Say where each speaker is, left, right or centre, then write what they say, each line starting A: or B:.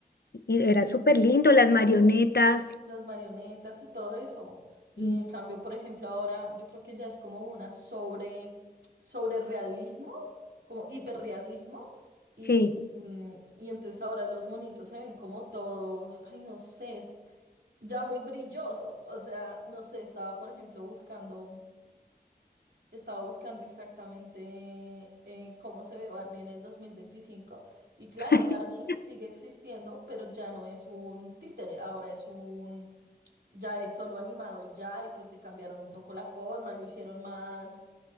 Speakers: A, on the left (about 70°); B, on the right (about 80°).
A: y era súper lindo, las marionetas,
B: las marionetas y todo eso. Y
A: mm,
B: en cambio, por ejemplo, ahora yo creo que ya es como una sobre, sobre realismo, como hiperrealismo. Y,
A: sí.
B: mm, y entonces ahora los monitos se ven como todos, ay, no sé, ya muy brillosos. O sea, no sé, estaba por ejemplo buscando, estaba buscando exactamente eh, cómo se ve Barney en el dos mil veinticinco Y claro,
A: <laughs>
B: Barney sigue existiendo, pero ya no es un títere, ahora es un, ya es solo animado y ya, y pues le cambiaron un poco la forma, lo hicieron más,